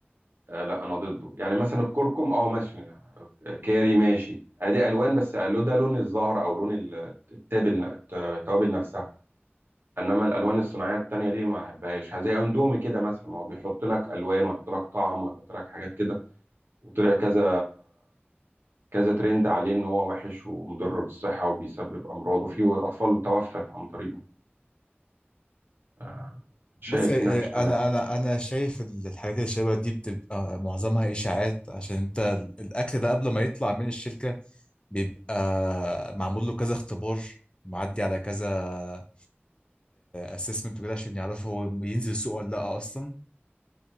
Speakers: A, on the right; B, on the left.
A: آه لا انا ضده يعني مثلا الكركم اه ماشي آه، كاري ماشي ادي الوان بس لو ده لون الزهر او لون ال- التابل الت- التوابل نفسها انما الالوان الصناعيه التانية دي ما احبهاش زي اندومي كده مثلا ما هو بيحط لك الوان ويحط لك طعم ويحط لك حاجات كده وطلع كذا كذا ترند عليه ان هو وحش ومضر بالصحه وبيسبب امراض وفي اطفال توفت عن طريقه آه، شايف
B: بص آه، آه،
A: انها مش تمام
B: انا انا انا شايف ال- الحاجات اللي شبه دي بتبقى معظمها اشاعات عشان انت ال- الاكل ده قبل ما يطلع من الشركه بيبقى معمول له كذا اختبار معدي على كذا اسسمنت وكده عشان يعرفوا هو ينزل السوق ولا لا اصلا